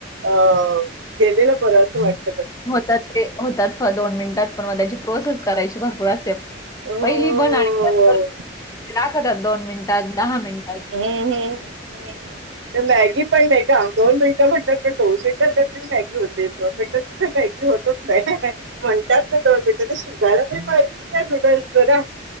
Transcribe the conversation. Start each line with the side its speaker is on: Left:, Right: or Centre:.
Right: अह गेलेलं बरं असं वाटत
Left: होतात ते होतात दोन मिनिटात पण मग त्याची प्रोसेस करायची भरपूर असते
Right: हो
Left: पहिली बन <unintelligible> दाखवतात दोन मिनटात दहा मिनिटात
Right: हम्म हम्म हम्म मॅगी पण नाही का दोन मिनिटं म्हणतात पण दोन <unintelligible> मॅगी होते दोन मिनटात कुठ मॅगी होतच नाही, म्हणतात दोन मिनिट ते शिजायला तरी पाहिजेत ना नूडल्स जरा